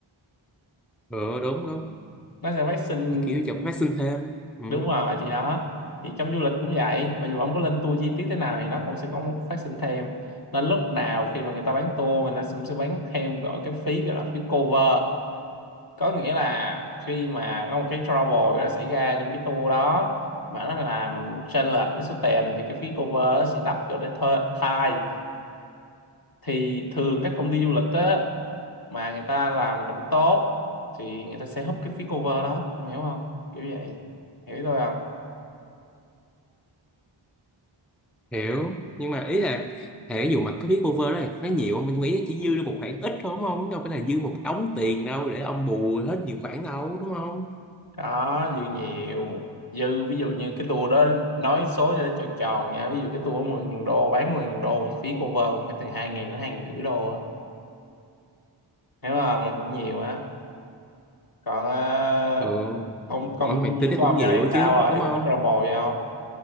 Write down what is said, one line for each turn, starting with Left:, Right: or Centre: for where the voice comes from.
Centre: ừ đúng đúng
Left: nó sẽ phát sinh
Centre: thì kiểu chẳng phát sinh thêm ừ,
Left: đúng rồi thì đó thì trong du lịch cũng vậy mặc dù ông có lên tour chi tiết thế nào thì nó cũng sẽ có một phát sinh thêm nên lúc nào khi mà người ta bán tour người ta cũng sẽ bán thêm gọi cái phí gọi là phí cover có nghĩa là khi mà có một cái trouble đó xảy ra trong cái tour đó mà nó làm chênh lệch với số tiền thì cái phí cover đó sẽ đắp cho để thuê thai thì thường các công ty du lịch á mà người ta làm đủ tốt thì người ta sẽ húp cái phí cover đó ông hiểu không kiểu vậy hiểu ý tôi không
Centre: hiểu nhưng mà ý là thể dụ mà cái phí cover đó nó nhiều không? mình nghĩ chỉ dư được một khoản ít thôi đúng không đâu phải là dư một đống tiền đâu để ông bù hết nhiều khoản đâu đúng không
Left: có dư nhiều dư ví dụ như cái tour đó nói số cho nó tròn tròn nha ví dụ cái tour 10.000 đô bán 10.000 đô thì phí cover cũng phải từ 2.000 đến 2.500 đô á hiểu không là cũng nhiều á còn ờ,
Centre: ừ
Left: công
Centre: rồi
Left: công
Centre: mày
Left: công việc
Centre: tính nó
Left: của
Centre: cũng
Left: ông
Centre: nhiều
Left: giờ này
Centre: ấy
Left: sao
Centre: chứ
Left: rồi
Centre: đúng không
Left: có trouble gì không